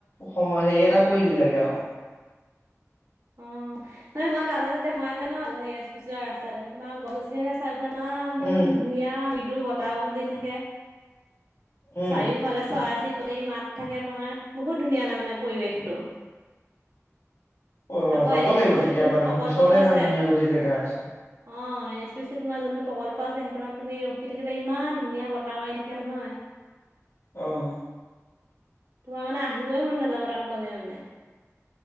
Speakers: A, on the left (about 85°); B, on the right (about 80°).
A: সময় হেৰি এটা কৰি দিলেগে আৰু
B: অ' মানে তোমাৰ তালে যেতিয়া সোমাই যা ন সেই এনেস্পিছি ৰাস্তালে তোমাৰ গছনি আছে মাৰ একদম
A: উম
B: ধুনীয়া দমৃদু বতাহ দি থাকে
A: উম
B: চাৰিও ফালে চৰাই চিৰিকতি প্ৰতি মাত থাকে তোমাৰ বহুত ধুনীয়া তাৰ মানে পৰিৱেশটো।
A: অ
B: আকৌ
A: যাব
B: এন এছ
A: লাগিব
B: পি
A: তেতিয়াবা
B: চিৰ যোনটো
A: দেখোন
B: প্ৰকল্পটো
A: ওচৰতে
B: আছে
A: ইমান ধুনীয়া যদি জেগা আছে
B: অ এনে তোমাৰ যোনটো প্ৰকল্প া আছে সেইখনত তুমি ৰখি থাকিবা ইমান ধুনীয়া বতাহ মাৰি থাকে নহয়
A: আহ
B: তোমাৰ মানে আহিবই মন নাযাব তাত গলে মানে